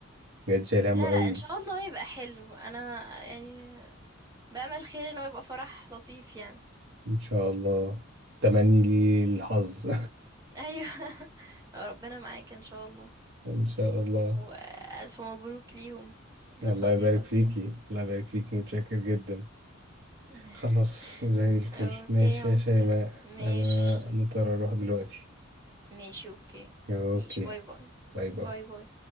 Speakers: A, on the right; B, on the right.
A: بجد شايل همه
B: لا
A: قوي
B: لا ان شاء الله يبقى حلو انا يعني بأمل خير انه يبقى فرح لطيف يعني
A: ان شاء الله تمني لي
B: م-
A: الحظ
B: م. ايوه <laughs> ربنا معاك ان شاء الله
A: <laughs> ان شاء الله
B: وألف مبروك ليهم لصديقك
A: الله يبارك فيكي
B: يعني
A: الله يبارك فيكي متشكر جدا
B: <laughs>
A: خلاص زي الفل
B: اوكي
A: ماشي
B: اهو
A: يا شيماء
B: ماشي
A: انا مضطر اروح دلوقتي
B: ماشي اوكي
A: اوكي
B: ماشي باي باي
A: باي باي
B: باي باي